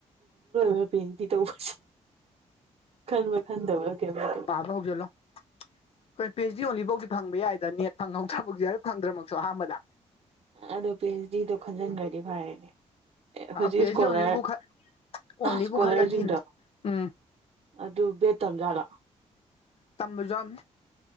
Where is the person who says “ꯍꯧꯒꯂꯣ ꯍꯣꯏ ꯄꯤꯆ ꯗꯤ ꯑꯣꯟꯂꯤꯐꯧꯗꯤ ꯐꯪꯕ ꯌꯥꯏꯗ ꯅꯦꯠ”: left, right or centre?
Left